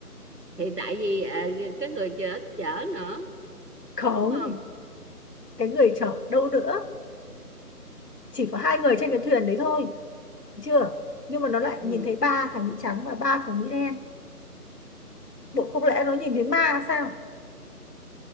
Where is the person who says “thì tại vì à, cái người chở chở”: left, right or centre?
Right